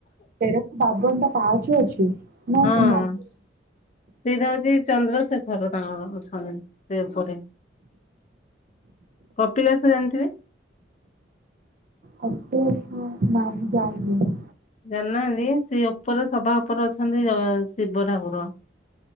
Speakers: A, on the right (about 50°); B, on the left (about 35°).
A: ତେରଶବାବନ ଟା ପାହାଚ ଅଛି? ନା
B: ହଁ
A: ସେ ମନ୍ଦିର
B: ସେଇଟା ହଉଛି ଚନ୍ଦ୍ରଶେଖ ର ତାଙ୍କର ଅଛନ୍ତି ସେ ଏପଟେ। କପିଳାସ ଜାଣିଥିବେ?
A: କପିଳାସ ନାଇଁ ମୁଁ ଜାଣିନି?
B: ଜାଣିନାହାଁନ୍ତି? ସେ ଉପରେ ସଭା ଉପରେ ଅଛନ୍ତି ଜଗା ଶିବ ଠାକୁର।